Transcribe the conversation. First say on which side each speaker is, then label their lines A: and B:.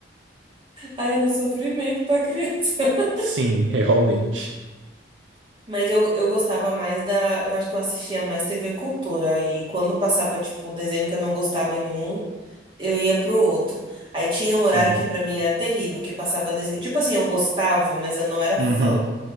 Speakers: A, on the right (about 25°); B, on the right (about 85°).
A: Ah, era um sofrimento pra criança. <laughs>
B: Sim, <laughs> é, realmente.
A: Mas eu, eu gostava mais da. Eu acho que eu assistia mais TV Cultura. E quando passava, tipo, o desenho que eu não gostava em um. eu ia pro outro. Aí tinha um horário
B: Sim.
A: que pra mim era terrível, que passava desenho. Tipo assim, eu gostava, mas eu não era
B: Uhum.
A: fã.